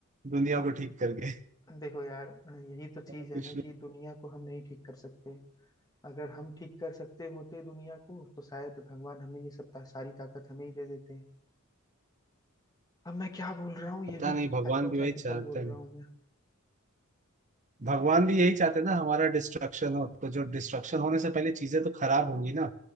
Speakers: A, on the right; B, on the left.
A: दुनिया को ठीक करके
B: देखो यार यही तो चीज
A: और कुछ
B: है ना
A: नहीं
B: कि दुनिया को हम नहीं ठीक कर सकते अगर हम ठीक कर सकते होते दुनिया को तो शायद भगवान हमें ये सब ता, सारी ताकत हमें ही दे देते हैं अब मैं क्या बोल रहा हूँ ये
A: पता
B: भी
A: नहीं भगवान
B: हाइपोथेटिकल
A: भी वही चाहते
B: बोल
A: हैं
B: रहा हूँ मैं
A: भगवान भी यही चाहते हैं ना हमारा डिस्ट्रक्शन हो तो जो डिस्ट्रक्शन होने से पहले चीजें तो खराब होंगी ना